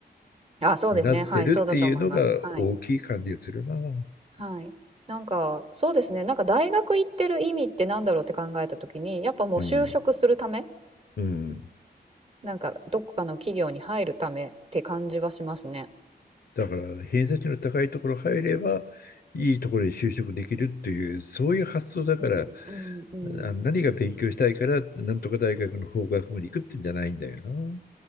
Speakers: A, on the right; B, on the left.
A: あ、そうですね。
B: になってるっていうのが大きい感じがするな。
A: はい、そうだと思います。はい。
B: う
A: はい。なんか、そうですね。なんか大学行ってる意味ってなんだろうって考えた時に、やっぱもう就職するため、
B: ん。うん。
A: なんかどっかの企業に入るためって感じはしますね。
B: だから偏差値の高いところ入ればいいところに就職できるっていうそういう発想だから
A: うんうんうん。
B: あ何が勉強したいからなんとか大学の法学部に行くってんじゃないんだよな。